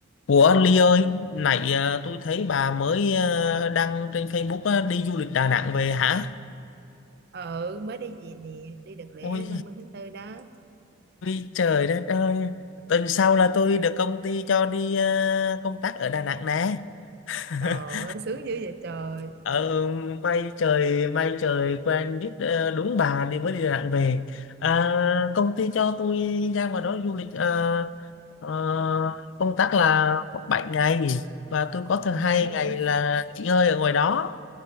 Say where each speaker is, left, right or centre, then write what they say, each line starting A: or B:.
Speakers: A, on the left; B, on the right.
A: Ủa Ly ơi, nãy à, tôi thấy bà mới à, đăng trên Facebook á, đi du lịch Đà Nẵng về hả?
B: ừ mới đi về nè đi đợt lễ
A: Ôi,
B: 30 tháng 4 đó
A: ôi trời đất ơi, tuần sau là tôi được công ty cho đi à, công tác ở Đà Nẵng nè. <laughs>
B: trời ơi sướng dữ vậy trời
A: Ờ, may trời, may trời quen biết à, đúng bà đi mới đi Đà Nẵng về. À, công ty cho tôi ra ngoài đó du lịch à, à, công tác là 7 ngày và tôi có thứ
B: trời
A: hai
B: má
A: ngày
B: ơi
A: là nghỉ ngơi ở ngoài đó.